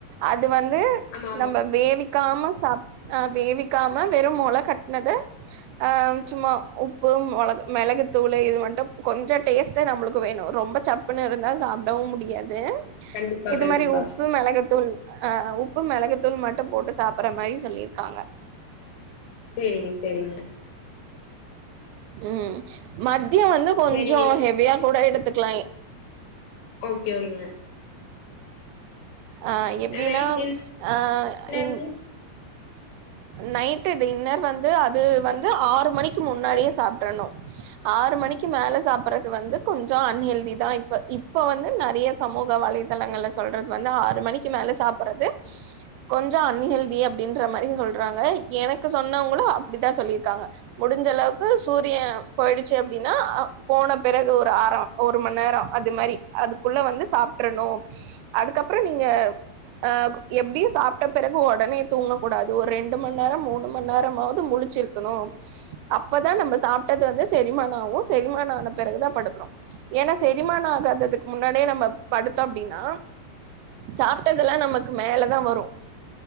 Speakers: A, on the right; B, on the left.
A: அது வந்து
B: ஆமா ஆமா
A: நம்ப வேவிக்காம சாப் ஆ வேவிக்காம வெறு மொள கட்னத ஆ சும்மா உப்பு மொள மெளகு தூளு இது மட்டு கொஞ்சொ டேஸ்ட்டு நம்மளுக்கு வேனு ரொம்ப சப்புன்னுருந்தா சாப்டவு முடியாது
B: கண்டிப்பா
A: இது
B: கண்டிப்பா
A: மாரி உப்பு மெளகுத்தூள் ஆ உப்பு மெளகுத்தூள் மட்டு போட்டு சாப்புற மாரி சொல்லிருக்காங்க
B: சேரிங்க சேரிங்க
A: ம் மத்யோ வந்து கொஞ்சோ
B: சேரிங்க
A: ஹெவியா கூட எடுத்துக்லா
B: ஓகே ஓகேங்க
A: ஆ எப்டின்னா
B: நைட்
A: ஆ
B: டின்னர்ங்க
A: இன் நைட்டு டின்னர் வந்து அது வந்து ஆறு மணிக்கி முன்னாடியே சாப்ட்ரனு ஆறு மணிக்கி மேல சாப்புறது வந்து கொஞ்சோ அன்ஹெல்தி தா இப்ப இப்ப வந்து நெறைய சமூக வலைதளங்கள்ல சொல்றது வந்து ஆறு மணிக்கி மேல சாப்புறது கொஞ்சோ அன்ஹெல்தி அப்டின்ற மாரி சொல்றாங்க எனக்கு சொன்னவங்ளு அப்டிதா சொல்லிர்க்காங்க முடிஞ்ச அளவுக்கு சூரிய போயிடுச்சு அப்டின்னா அ போன பிறகு ஒரு ஆரோ ஒரு மந்நேரோ அது மாறி அதுக்குள்ள வந்து சாப்ட்ரணு அதுக்கப்பறோ நீங்க அ எப்டியு சாப்ட்ட பிறகு ஒடனே தூங்கக்கூடாது ஒரு ரெண்டு மந்நேரோ மூணு மந்நேரமாவது முழுச்சிருக் கணு அப்பதா நம்ம சாப்ட்டது வந்து செரிமான ஆவு செரிமான ஆன பெறகுதா படுக்கணு ஏன்னா செரிமான ஆகாததுக்கு முன்னாடியே நம்ம படுத்தோ அப்டின்னா சாப்டதுல்லா நமக்கு மேலதா வரு